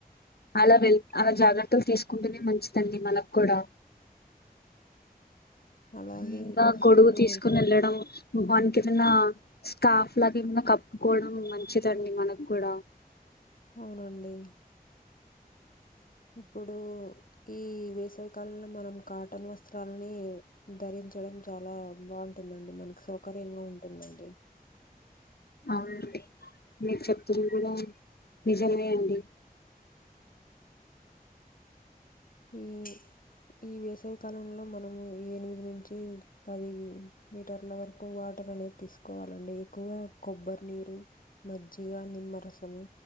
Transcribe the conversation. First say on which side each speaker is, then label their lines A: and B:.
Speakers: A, on the left; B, on the left.
A: అలా వెల్ అలా జాగ్రత్తలు తీసుకుంటూనే మంచిదండి మనకి కూడా
B: అలాగే
A: ఇంకా గోడుగు
B: ఇప్పుడు
A: తీసుకోని వెళ్ళడం ముఖానికి ఏదైనా స్కాఫ్ లాగా ఏమన్నా కప్పుకోవడం మంచిదండి మనకు కూడా
B: అవునండి ఇప్పుడు ఈ వేసావికాలంలో మనం కాటన్ వస్త్రాలని ధరించడం చాలా బాగుంటుందండి మనకు సౌకర్యంగా ఉంటుందండి
A: అవును అండి మీ చెప్తుంది కూడ నిజమే అండి
B: ఈ ఈ వేసవికాలంలో మనము ఎనిమిది నుంచి పది లీటర్ల వరకు వాటర్ అనేది తీసుకోవాలండి ఎక్కువగా కొబ్బరినీరు మజ్జిగ నిమ్మరసము